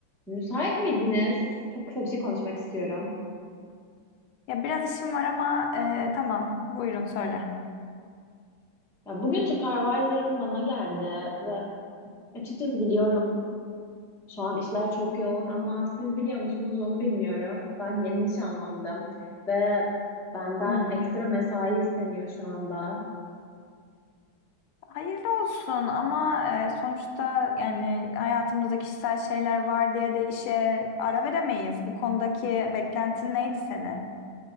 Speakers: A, in the centre; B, on the left (about 75°).
A: Müsait miydiniz? Çok kısa bir şey konuşmak istiyorum.
B: Ya biraz işim var ama e, tamam. Buyurun söyle.
A: Ya bugün supervisor'ım bana geldi ve açıkçası biliyorum şu an işler çok yoğun ama siz biliyor musunuz onu bilmiyorum. Ben yeni nişanlandım ve benden
B: Hmm.
A: ekstra mesai isteniyor şu anda.
B: Hayırlı olsun ama e, sonuçta yani hayatımızda kişisel şeyler var diye de işe ara veremeyiz. Bu konudaki beklentin neydi senin?